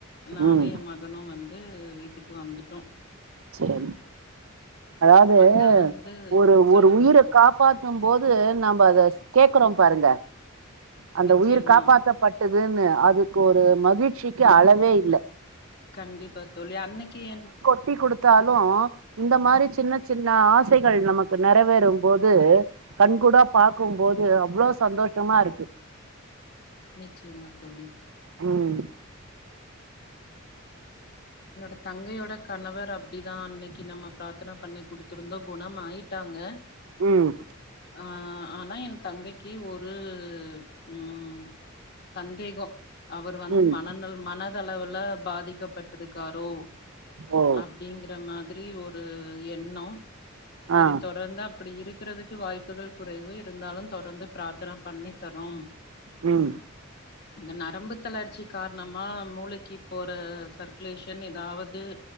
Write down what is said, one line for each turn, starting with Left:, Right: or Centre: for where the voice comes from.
Left: நானு
Right: ம்
Left: எ மகனும் வந்து வீட்டுக்கு வந்துட்டோ
Right: சேரி அதாவ்து
Left: அங்க வந்து
Right: ஒரு
Left: சொல்லுங்க
Right: ஒரு உயிர
Left: தோழி
Right: காப் பாத்தும் போது நம்ம அத கேக்குறோம் பாருங்க அந்த
Left: நிச்சயமா
Right: உயிர் காப்பாத்தப்பட் டுதுன்னு அதுக்கொரு மகிழ்ச்சிக்கு அளவே இல்ல
Left: கண்டிப்பா தோழி அன்னைக்கி என்
Right: ட்டி குடுத்தாலு இந்த மாரி சின்ன சின்ன ஆசைகள் நமக்கு நெறைவேறும்போது கண் கூடாப் பாக்கும்போது அவ்ளோ சந்தோஷமா இருக்கு
Left: நிச்சியமாத் தோழி
Right: ம்
Left: என்னோட தங்கையோட கணவர் அப்டிதா அன்னைக் கி நம்ம பிராத்தன பண்ணி குடுத்திருந்தோ குணம் ஆயிட்டாங்க
Right: ம்
Left: ஆ ஆனா என் தங்கைக்கு ஒரு ம் சந்தேகோ அவர் வந்து
Right: ம்
Left: மனநல் மனதளவுல பாதிக்கப்பட்ருக்காரோ
Right: ஓ
Left: அப்டிங்கிற மாதிரி ஒரு எண்ணோ செரி
Right: ஆ
Left: தொடர்ந்து அப்டி இருக்கிறதுக்கு வாய்ப்புகள் குறைவு இருந்தாலுந் தொடர்ந்து பிராத்தனப் பண்ணித் தறோம்
Right: ம்
Left: இந்த நரம்பு தளர்ச்சி காரணமா மூளைக்கிப் போறச் சர்க்குலேஷன் எதாவது